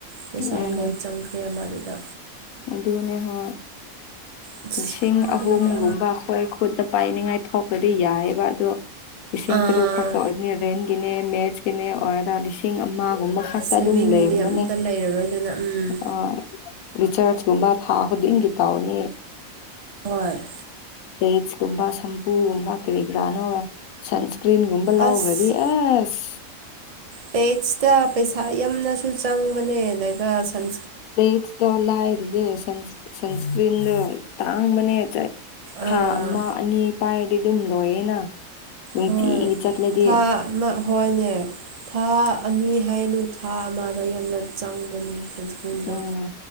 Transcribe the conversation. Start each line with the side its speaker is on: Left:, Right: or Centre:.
Right: ꯄꯩꯁꯥ
Left: ꯎꯝ
Right: ꯂꯣꯏ ꯆꯪꯈ꯭ꯔꯦ ꯑꯃꯗꯨꯗ
Left: ꯑꯗꯨꯅꯦ ꯍꯣꯏ
Right: ꯑꯁ
Left: ꯂꯤꯁꯤꯡ
Right: ꯈꯪꯗ꯭ꯔꯦꯗ
Left: ꯑꯍꯨꯝꯒꯨꯝꯕ ꯑꯩꯈꯣꯏ ꯈꯨꯠꯇ ꯄꯥꯏꯅꯤꯡꯉꯥꯏ ꯊꯣꯛꯄꯗꯤ ꯌꯥꯏꯑꯦꯕ ꯑꯗꯣ ꯂꯤꯁꯤꯡ
Right: ꯑꯥ
Left: ꯇꯔꯨꯛ ꯈꯛꯇ ꯑꯣꯏꯕꯅꯤ ꯔꯦꯟ ꯒꯤꯅꯦ ꯃꯦꯠꯆꯀꯤꯅꯦ ꯑꯣꯔꯗꯥ ꯂꯤꯁꯤꯡ ꯑꯃꯒꯨꯝꯕ ꯉꯥꯛꯇ
Right: ꯁꯦꯚꯤꯡꯒꯤꯗꯤ
Left: ꯑꯗꯨꯝ ꯂꯦꯝꯕꯅꯦ
Right: ꯑꯝꯇ ꯂꯩꯔꯔꯣꯏꯗꯅ ꯎꯝ
Left: ꯑ ꯔꯤꯆꯔꯆꯀꯨꯝꯕ ꯊꯥ ꯈꯨꯗꯤꯡꯒꯤ ꯇꯧꯅꯤ
Right: ꯍꯣꯏ
Left: ꯐꯠꯁ ꯀꯨꯝꯕ ꯁꯝꯄꯨꯒꯨꯝꯕ ꯀꯔꯤꯒ꯭ꯔꯅꯣ ꯁꯟꯁꯀ꯭ꯔꯤꯟꯒꯨꯝꯕ ꯂꯥꯎꯈ꯭ꯔꯗꯤ
Right: ꯑꯁ
Left: ꯑꯁ
Right: ꯄꯦꯠꯁꯇ ꯄꯩꯁꯥ ꯌꯥꯝꯅꯁꯨ ꯆꯪꯕꯅꯦ ꯑꯗꯨꯒ ꯁꯟ
Left: ꯄꯦꯠꯁꯇ ꯇꯣ ꯂꯥꯢꯔꯤꯌꯦ ꯁꯥꯏꯟꯁ ꯢꯁꯀꯔꯦꯟ ꯁꯟꯁꯀ꯭ꯔꯤꯟꯗ ꯇꯥꯡꯕꯅꯦ ꯊꯥ
Right: ꯑꯥ
Left: ꯑꯃ ꯑꯅꯤ ꯄꯥꯏꯔꯗꯤ ꯑꯗꯨꯝ ꯂꯣꯏꯌꯦꯅ ꯅꯨꯡꯇꯤꯒꯤ
Right: ꯍꯣꯏ
Left: ꯆꯠꯂꯗꯤ
Right: ꯊꯥ ꯑꯃ ꯍꯣꯏꯅꯦ ꯊꯥ ꯑꯅꯤ ꯍꯥꯏꯅꯨ ꯊꯥ ꯑꯃꯗ ꯌꯥꯝꯅ ꯆꯪꯕꯅꯦ ꯁꯟꯁꯀ꯭ꯔꯤꯟꯗꯣ
Left: ꯎꯝ